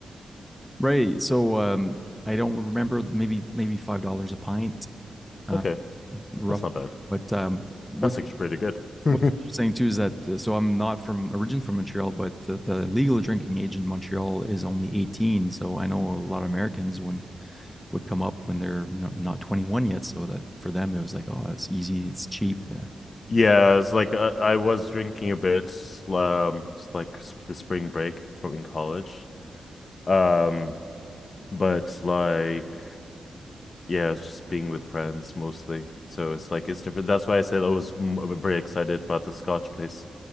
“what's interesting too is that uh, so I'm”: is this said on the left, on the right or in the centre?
Centre